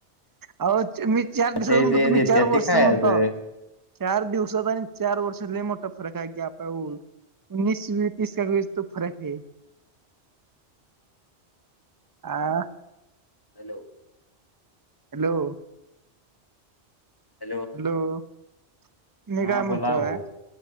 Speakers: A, on the right; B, on the left.
A: अ ओ मी चार दिवसाच
B: ते
A: म्हणतो
B: जे
A: तुम्ही
B: देत्यात
A: चार
B: ते
A: वर्षांचं
B: खायाचं
A: म्हणता होत. चार दिवसांचा आणि चार वर्षात लय मोठा फरक आहे. <unintelligible> उन्नीस वीस तीस का तो फरक है. आ.
B: हॅलो.
A: हॅलो.
B: हॅलो.
A: हॅलो. मी
B: हा,
A: काय म्हणतोय
B: बोलाव हो,